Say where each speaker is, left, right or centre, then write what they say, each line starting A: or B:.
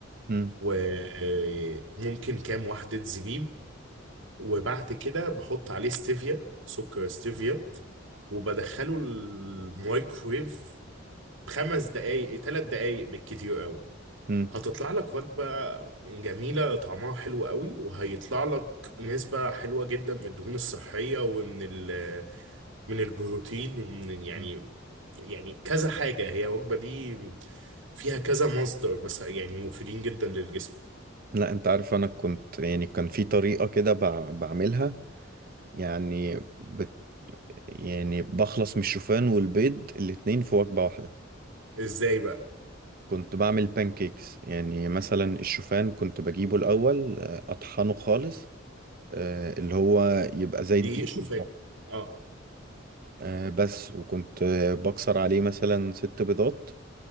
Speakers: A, on the right; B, on the right.
A: مم.
B: وممكن كام واحدة زبيب وبعد كده بحط عليه ستيفيا سكر ستيفيا وبدخله الميكرويف خمس دقايق ثلاث دقايق بالكتير قوي
A: مم.
B: هتطلع لك وجبة جميلة طعمها حلو قوي وهيطلع لك نسبة حلوة جدا من الدهون الصحية ومن ال من البروتين ومن يعني
A: مم.
B: يعني كذا حاجة هي الوجبة دي فيها كذا مصدر بس يعني مفيدين جدا للجسم
A: لا انت عارف انا كنت يعني كان في طريقة كده بع- بعملها يعني بت يعني بخلص من الشوفان والبيض الاتنين في وجبة واحدة
B: ازاي بقى
A: كنت بعمل بانكيكس يعني مثلا الشوفان كنت بجيبه الاول آه، اطحنه خالص آه، اللي هو يبقى زي
B: دي
A: الدقيق
B: شوفان
A: بالظبط.
B: اه
A: آه، بس وكنت آه، بكسر عليه مثلا ست بيضات